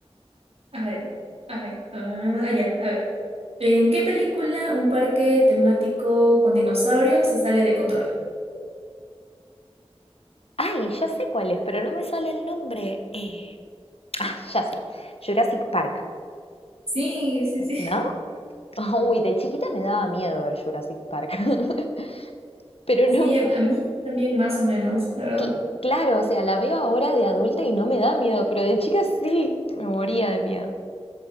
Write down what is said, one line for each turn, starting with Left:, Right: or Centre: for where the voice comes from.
Right: A ver, a ver, ah, ya, a ver. ¿En qué película un parque temático con dinosaurios se sale de control?
Left: Ay, ya sé cuál es, pero no me sale el nombre. Eh, Ah, ya sé, Jurassic Park,
Right: Sí, sí, sí.
Left: ¿no?
Right: <laughs>
Left: <laughs> Uy, de chiquita me daba miedo ver Jurassic Park. <laughs> Pero
Right: Sí,
Left: no,
Right: a a mí también más o menos, la verdad.
Left: cl- claro, o sea, la veo ahora de adulta y no me da miedo, pero de chica sí, me moría de miedo.